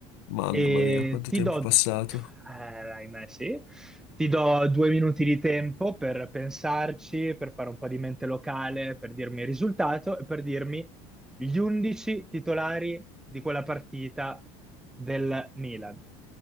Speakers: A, on the left; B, in the centre.
A: Mamma
B: e
A: mia, quanto
B: ti
A: tempo
B: do,
A: è passato.
B: eh, ahimè, sì, ti do due minuti di tempo per pensarci, per fare un po' di mente locale, per dirmi il risultato e per dirmi gli 11 titolari di quella partita del Milan.